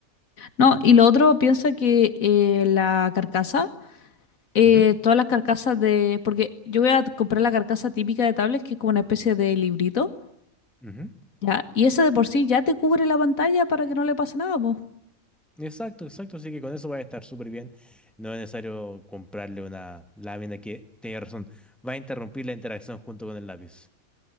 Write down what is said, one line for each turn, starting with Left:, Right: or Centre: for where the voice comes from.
Left: No, y lo otro piensa que eh, la carcasa, eh,
Centre: Ujú,
Left: todas las carcasas de... Porque yo voy a comprar la carcasa típica de tablet, que es como una especie de librito,
Centre: ujú.
Left: ¿ya? Y esa de por sí ya te cubre la pantalla para que no le pase nada, po.
Centre: Exacto, exacto, así que con eso va a estar súper bien. No es necesario comprarle una lámina que, tiene razón, va a interrumpir la interacción junto con el lápiz.